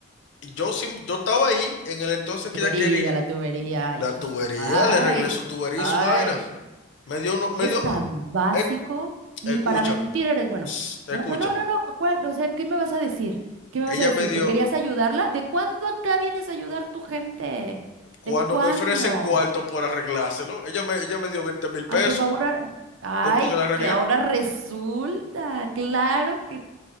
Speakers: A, on the left; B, on the right.
A: yo, siem- yo estaba ahí en el entonces
B: La tubería,
A: que ella quería,
B: la tubería,
A: la
B: y tus,
A: tubería,
B: ay,
A: le arreglé su tubería
B: ay,
A: y su vaina. Me dio, uno- me
B: eres
A: dio,
B: tan básico,
A: eh,
B: ni
A: escúchame,
B: para mentir eres bueno.
A: escúchame.
B: No, no, no, no, no, ¿cuál? O sea, ¿qué me vas a decir? ¿Qué me
A: Ella
B: vas a decir?
A: me dio,
B: ¿Que querías ayudarla? ¿De cuándo acá vienes a ayudar tu gente?
A: cuando
B: ¿De cuándo?
A: me ofrecen cuarto por arreglárselo, ella me, ella me dio veinte mil pesos
B: Ay, por favor, a- ay,
A: después que la arreglé.
B: que ahora resulta, claro que